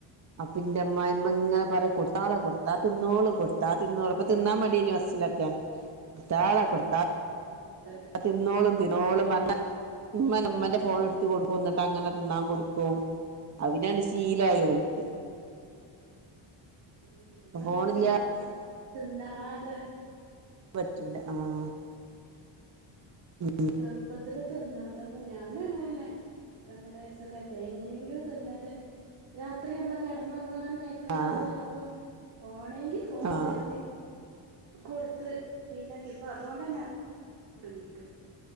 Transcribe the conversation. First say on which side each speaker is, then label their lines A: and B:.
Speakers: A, on the right; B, on the right.
A: അപ്പന്റെ അമ്മായിമ്മങ്ങനെ
B: ഉം
A: പറിം കൊട്ത്താളാ കൊട് കൊട്ത്താ തിന്നോളും കൊട്ത്താ തിന്നോളും ഇപ്പ തിന്നാ മടേനീ വസ്സിലൊക്കെ കൊട്ത്താളാ കൊട്ത്ത
B: ആഹ് അതന്നെ ഇപ്പൊ
A: അഹ് തിന്നോളും തിന്നോളും പർഞ്ഞ് ഇമ്മന്നെ ഇമ്മന്റെ ഫോണ് ഇട്ത്ത് കൊടുക്കും ഇന്നട്ടങ്ങനെ തിന്നാകൊട്ക്കും അഹ് പിന്നെ ആണ്ട് ശീലായി ഓൻക്ക്
B: ഉം ഇതും അങ്ങനെന്നെ
A: ഫോണില്ലാതെ
B: അമ്മള് തിന്നാതെ
A: പറ്റൂല ആഹ് ഉം
B: ചെർപ്പത്തില് തിന്നാത്തപ്പം ഞാനും അങ്ങനെന്നെ ഒര് ഒന്നര വയസ്സൊക്കെ ആയപ്പോ എങ്ങനെങ്കിലും തിന്നട്ടെ രാത് ത്രി അമ്മളെ കെടന്നോറങ്ങാനും അയക്കാത
A: ആഹ്
B: തായപ്പം ഫോണെങ്കി ഫോണ്
A: ആഹ്
B: കെര്തി കൊട്ത്ത് ശീലാക്കിപ്പോ അതോണ്ടന്നെ കുടുങ്ങിക്ക